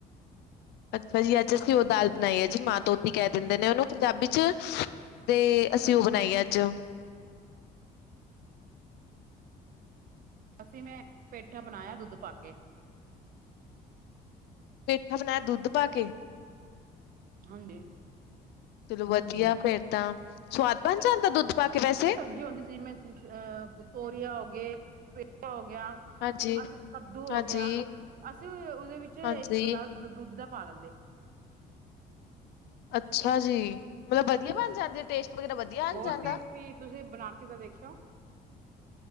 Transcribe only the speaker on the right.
ਅਸੀਂ ਮੈਂ ਪੇਠਾ ਬਣਾਇਆ ਦੁੱਧ ਪਾ ਕੇ।
ਹਾਂਜੀ,
<unintelligible> ਅਹ ਤੋਰੀਆਂ ਹੋ ਗੇ ਪੇਠਾ ਹੋ ਗਿਆ।
ਅਸੀਂ ਕੱਦੂ
ਹੋ ਗਿਆ ਅਸੀਂ ਉਹਦੇ ਵਿੱਚ ਇੱਕ
ਗਲਾਸ ਦੁੱਧ ਦਾ ਪਾ ਲੈਂਦੇ।
ਹੂੰ
ਬਹੁਤ
ਟੇਸਟੀ ਤੁਸੀਂ ਬਣਾ ਕੇ ਤਾਂ ਦੇਖਿਓ।